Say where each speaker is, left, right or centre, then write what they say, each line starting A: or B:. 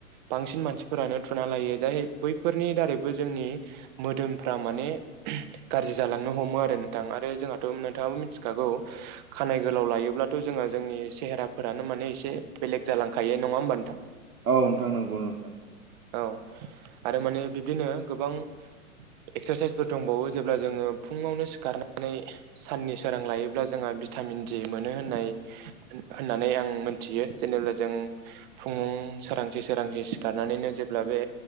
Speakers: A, on the right (about 30°); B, on the right (about 80°).
A: बांसिन मानसिफोरानो थुना लायो जाय बैफोर नि दारैबो जोंनि मोदोमफ्रा माने गाज्रि जालांनो हमो आरो नोंथां आरो जोंहाथ नोंथाङाबो मिथिखागौ खानाय गोलाव लायोब्लाथ जोंहा जोंनि सेहेराफोरानो माने एसे बेलेग जालांखायो नङा होमबा नोंथां।
B: औ नोंथां नंगौ नोंथां नगौ
A: औ आरो माने बिब्दिनो गोबां
B: <inaudible>
A: एक्सारसाइसफोर दंबावो जेब्ला जोनङो फुङावनो सिखारनानै साननि सोरां लायोब्ला जोंहा बिथा मिन जि मोनो होननाय होननानै आं मोनथियो जेने जों फुं सोरांसि सोरांसि सिखारनानैनो जेब्ला बे